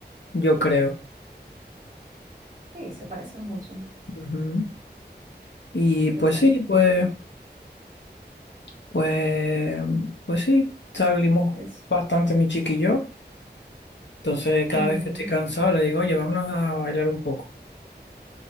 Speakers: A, on the left; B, on the right.
A: yo creo.
B: Sí, se parece mucho.
A: Ujú. Y pues
B: Se parece.
A: sí, pues. Pues, pues sí, salimos
B: Es
A: bastante mi chiqui y yo. Entonces, cada
B: bien.
A: vez que estoy cansado, le digo, oye, vámonos a bailar un poco.